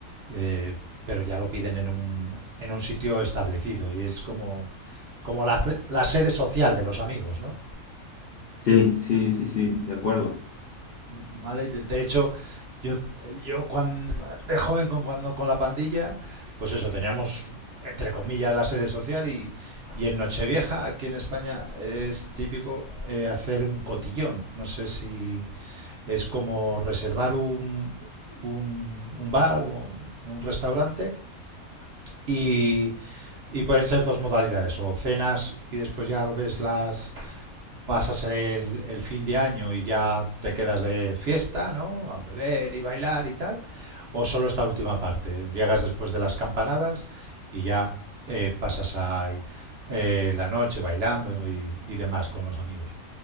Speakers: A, on the right; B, on the left.
A: Eh, pero ya lo piden en un, en un sitio establecido y es como, como la, la sede social de los amigos, ¿no?
B: sí, sí, sí, sí, de acuerdo.
A: ¿Vale? De, de hecho, yo, yo cuando, de joven con, cuando, con la pandilla, pues eso, teníamos entre comillas la sede social y, y en Nochevieja, aquí en España, es típico eh, hacer un cotillón. No sé si es como reservar un, un, un bar o un restaurante Y, y pueden ser dos modalidades, o cenas y después ya ves las, pasas el, el fin de año y ya te quedas de fiesta, ¿no? A beber y bailar y tal. O solo esta última parte. Llegas después de las campanadas y ya eh, pasas ahí eh, la noche bailando y, y demás con los amigos.